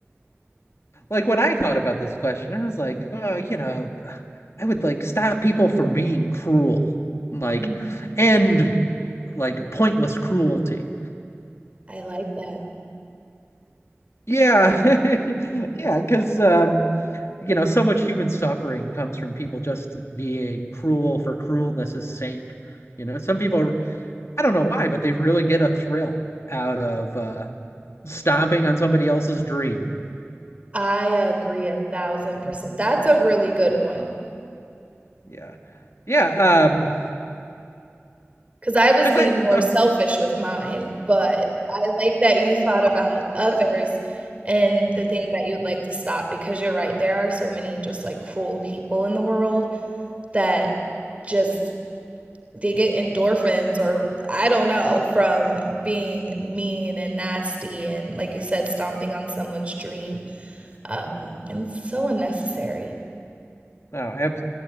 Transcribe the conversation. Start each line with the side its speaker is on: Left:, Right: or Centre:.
Left: Like when I thought about this question, I was like, oh, you know, I would like stop people from being cruel, like,
Right: Mm.
Left: and like pointless cruelty.
Right: I like that.
Left: Yeah. <laughs> Yeah, because um, you know, so much human suffering comes from people just being cruel for cruelness' sake. You know, some people are, I don't know why, but they really get a thrill out of uh stomping on somebody else's dream.
Right: I agree 1,000%.
Left: <laughs>
Right: That's a really good one
Left: Yeah. Yeah, um,
Right: because I was
Left: because
Right: being
Left: I
Right: more
Left: I'm
Right: selfish with mine, but I like that you thought about others and the thing that you'd like to stop because you're right. There are so many just like cruel people in the world that just they get endorphins or I don't know from being mean and nasty and like you said, stomping on someone's dream. Um, and it's so unnecessary.
Left: No, ab